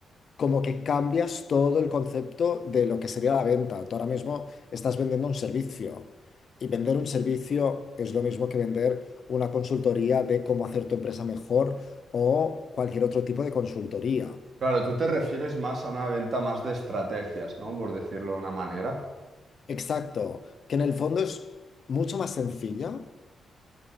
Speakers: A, on the left; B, on the right.
A: como que cambias todo el concepto de lo que sería la venta. Tú ahora mismo estás vendiendo un servicio y vender un servicio es lo mismo que vender una consultoría de cómo hacer tu empresa mejor o cualquier otro tipo de consultoría.
B: Claro, tú te refieres más a una venta más de estrategias, ¿no? Por decirlo de una manera.
A: Exacto, que en el fondo es mucho más sencilla